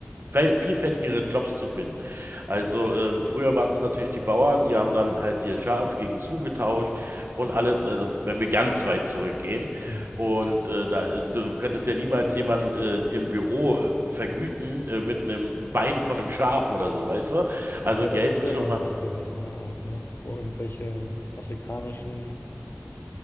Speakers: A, on the right (about 70°); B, on the left (about 70°).
A: fel- vielfältigere Jobs zu finden. Also ähm, früher waren es natürlich die Bauern, die haben dann halt ihr Schaf gegen das Huhn getauscht und alles, also wenn wir ganz weit zurückgehen.
B: Mhm.
A: Und äh, da ist, du könntest ja niemals jemanden äh, im Büro äh, vergüten äh, mit einem Bein von einem Schaf oder so, weißt du? Also
B: Wobei,
A: Geld
B: da gibt es
A: ist
B: ja
A: schon
B: immer
A: mal.
B: noch sowas in der Art, ne? Wo irgendwelche afrikanischen